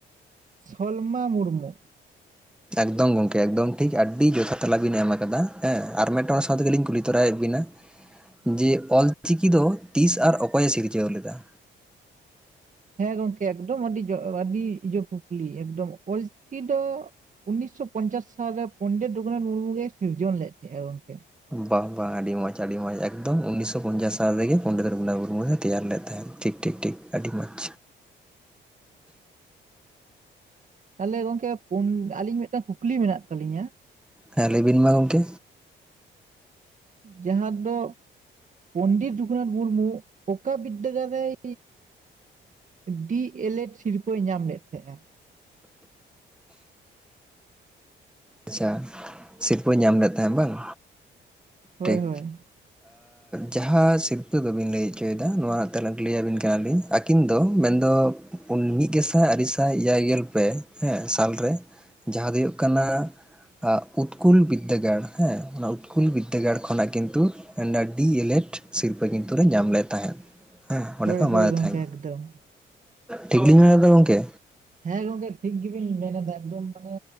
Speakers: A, on the right; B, in the centre.
A: ᱥᱚᱞᱢᱟ ᱢᱩᱨᱢᱩ᱾
B: ᱮᱠᱫᱚᱢ ᱜᱚᱢᱠᱮ ᱮᱠᱫᱚᱢ ᱴᱷᱤᱠ ᱟᱹᱰᱤ ᱡᱚᱛᱷᱟᱛ ᱛᱮᱞᱟ ᱵᱤᱱ ᱮᱢ ᱠᱟᱫᱟ ᱦᱮᱸ ᱟᱨ ᱢᱤᱫᱴᱟᱝ ᱚᱱᱟ ᱥᱟᱶ ᱛᱮᱜᱮ ᱞᱤᱧ ᱠᱩᱞᱤ ᱛᱚᱨᱟᱭᱮᱫ ᱵᱤᱱᱟ᱾ ᱡᱮ ᱚᱞᱪᱤᱠᱤ ᱫᱚ ᱛᱤᱥ ᱟᱨ ᱚᱠᱚᱭᱮ ᱥᱤᱨᱡᱟᱹᱣ ᱞᱮᱫᱟ?
A: ᱦᱮᱸ ᱜᱚᱝᱠᱮ ᱮᱠᱫᱚᱢ ᱟᱹᱰᱤ ᱡᱚ ᱟᱹᱰᱤ ᱤᱭᱟᱹ ᱠᱩᱠᱞᱤ ᱮᱠᱫᱚᱢ ᱚᱞᱪᱤᱠᱤ ᱫᱚ ᱩᱱᱤᱥᱥᱚ ᱯᱚᱧᱪᱟᱥ ᱥᱟᱞᱨᱮ ᱯᱚᱱᱰᱤᱛ ᱨᱚᱜᱷᱩᱱᱟᱛᱷ ᱢᱩᱨᱢᱩ ᱜᱮᱭ ᱥᱤᱨᱡᱚᱱ ᱞᱮᱫ ᱛᱟᱦᱮᱸᱱᱟ ᱜᱚᱝᱠᱮ᱾
B: ᱵᱟᱝ ᱵᱟᱝ ᱟᱹᱰᱤ ᱢᱚᱡᱽ ᱟᱹᱰᱤ ᱢᱚᱡᱽ ᱮᱠᱫᱚᱢ ᱩᱱᱱᱤᱥᱥᱚ ᱯᱚᱪᱟᱥ ᱥᱟᱞ ᱨᱮᱜᱮ ᱯᱚᱱᱰᱤᱛ ᱨᱚᱜᱷᱩᱱᱟᱛᱷ ᱢᱩᱨᱢᱩᱭ ᱛᱮᱭᱟᱨ ᱞᱮᱫ ᱛᱟᱦᱮᱸᱫ ᱴᱷᱤᱠ᱾ ᱴᱷᱤᱠ ᱴᱷᱤᱠ ᱟᱹᱰᱤ ᱢᱚᱡᱽ᱾
A: ᱛᱟᱦᱚᱞᱮ ᱜᱚᱝᱠᱮ ᱯᱳᱱ ᱟᱞᱤᱧ ᱢᱤᱫᱴᱟᱝ ᱠᱩᱠᱞᱤ ᱢᱮᱱᱟᱜ ᱛᱟᱹᱞᱤᱧᱟ᱾
B: ᱦᱮᱸ ᱞᱟᱹᱭᱵᱤᱱ ᱢᱟ ᱜᱚᱢᱠᱮ᱾
A: ᱡᱟᱦᱟ ᱫᱚ ᱯᱚᱱᱰᱤᱛ ᱨᱚᱩᱜᱩᱱᱟᱛᱷ ᱢᱩᱨᱢᱩ ᱚᱠᱟ ᱵᱤᱫᱽᱫᱟᱹᱜᱟᱲ ᱨᱮᱭ ᱰᱤ ᱮᱞ ᱮᱰ ᱥᱤᱨᱯᱟᱹᱭ ᱧᱟᱢ ᱞᱮᱫ ᱛᱟᱦᱮᱸᱫᱼᱮ?
B: ᱟᱪᱪᱷᱟ ᱥᱤᱨᱯᱟᱹᱭ ᱧᱟᱢ ᱞᱮᱫ ᱛᱟᱦᱮᱸᱫ ᱵᱟᱝ
A: ᱦᱳᱭ
B: ᱴᱷᱤᱠ᱾
A: ᱦᱳᱭ
B: ᱡᱟᱦᱟᱸ ᱥᱤᱨᱯᱟᱹ ᱫᱚᱵᱤᱱ ᱞᱟᱹᱭ ᱚᱪᱚᱭᱫᱟ ᱱᱚᱣᱟ ᱛᱮᱞᱟ ᱞᱟᱹᱭ ᱟᱹᱵᱤᱱ ᱠᱟᱱᱟᱞᱤᱧ᱾ ᱟᱹᱠᱤᱱ ᱫᱚ ᱢᱮᱱᱫᱚ ᱩᱱ ᱢᱤᱫ ᱜᱮᱥᱟᱭ ᱟᱨᱮ ᱥᱟᱭ ᱮᱭᱟᱭ ᱜᱮᱞ ᱯᱮ ᱦᱮᱸ ᱥᱟᱞ ᱨᱮ, ᱡᱟᱦᱟᱸ ᱫᱚ ᱦᱩᱭᱩᱜ ᱠᱟᱱᱟ ᱩᱛᱠᱩᱞ ᱵᱤᱫᱽᱫᱟᱹᱜᱟᱲ ᱦᱮᱸ ᱚᱱᱟ ᱩᱛᱠᱩᱞ ᱵᱤᱫᱽᱫᱟᱹᱜᱟᱲ ᱠᱷᱚᱱᱟᱜ ᱠᱤᱱᱛᱩ, ᱰᱤ ᱮᱞ ᱮᱰ ᱥᱤᱨᱯᱟᱹ ᱠᱤᱱᱛᱩᱨᱮ ᱧᱟᱢ ᱞᱮᱫ ᱛᱟᱦᱮᱸᱫ ᱦᱮᱸ ᱚᱸᱰᱮ
A: ᱦᱳᱭ
B: ᱠᱚ ᱮᱢᱟᱫᱮ
A: ᱦᱳᱭ ᱜᱚᱝᱠᱮ
B: ᱛᱟᱦᱮᱸᱫ᱾
A: ᱮᱠᱫᱚᱢ
B: ᱴᱷᱤᱠᱞᱤᱧ ᱢᱮᱱᱫᱟ ᱜᱚᱢᱠᱮ?
A: ᱦᱮᱸ ᱜᱚᱝᱠᱮ ᱴᱷᱤᱠ ᱜᱮᱵᱤᱱ ᱢᱮᱱ ᱮᱫᱟ ᱮᱠᱫᱚᱢ ᱢᱟᱱᱮ